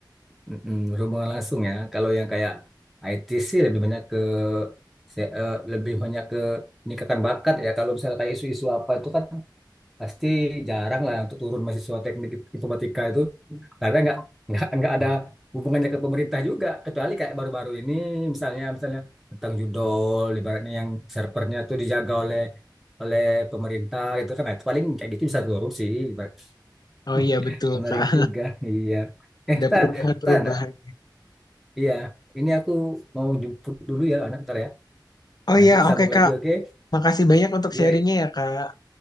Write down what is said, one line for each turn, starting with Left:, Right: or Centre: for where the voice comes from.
Centre: Mm-mm, berhubungan langsung ya kalau yang kayak IT sih lebih banyak ke se- eh, lebih banyak ke meningkatkan bakat ya kalau misalnya kayak isu-isu apa itu kan pasti jarang lah untuk turun mahasiswa teknik informatika itu karena nggak nggak nggak ada hubungannya ke pemerintah juga kecuali kayak baru-baru ini misalnya misalnya tentang judol ibaratnya yang servernya tuh dijaga oleh oleh pemerintah gitu kan nah, itu paling kayak gitu bisa turun sih ibarat.
Left: Oh
Centre: <laughs>
Left: iya betul
Centre: menarik
Left: Kak.
Centre: juga iya eh
Left: Ada
Centre: tan
Left: perubahan-perubahan.
Centre: tan iya ini aku mau jemput dulu ya anak ntar ya
Left: Oh
Centre: nanti
Left: iya,
Centre: sambung
Left: oke Kak.
Centre: lagi oke
Left: Makasih banyak untuk
Centre: iya
Left: sharingnya
Centre: iya
Left: ya Kak.